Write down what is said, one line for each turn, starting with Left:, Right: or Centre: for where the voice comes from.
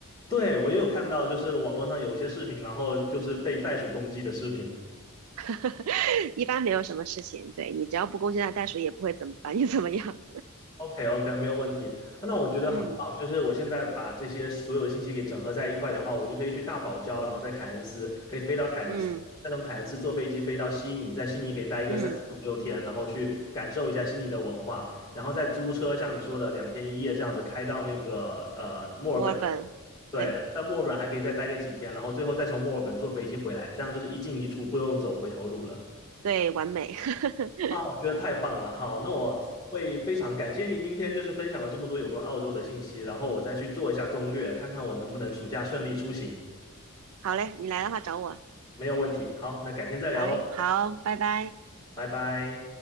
Left: 对，我也有看到，就是网络上有一些视频，然后就是被袋鼠攻击的视频。
Right: <laughs> 一般没有什么事情，对你只要不攻击它，袋鼠也不会怎么把你怎么样，
Left: OK OK，没有问题。啊那我觉得很棒，
Right: 嗯
Left: 就是我现在把这些所有的信息给整合在一块的话，我就可以去大堡礁，然后在凯恩斯可以飞到凯恩斯，
Right: 嗯
Left: 再从凯恩斯坐飞机飞到悉尼，在悉尼可以待一个三四五六天，
Right: 嗯。
Left: 然后去感受一下悉尼的文化，然后再租车，像你说的两天一夜这样子开到那个呃墨尔本。
Right: 墨尔本，
Left: 对，
Right: 对
Left: 在墨尔本还可以再待个几天，然后最后再从墨尔本坐飞机回来，这样就是一进一出，不用走回头路了。
Right: 对，完美。<laughs>
Left: 啊，我觉得太棒了。好，那我会非常感谢你今天就是分享了这么多有关澳洲的信息，然后我再去做一下攻略，看看我能不能暑假顺利出行。
Right: 好嘞，你来的话找我。
Left: 没有问题。好，那改天再聊喽，
Right: 好嘞，好，拜拜。
Left: 拜拜。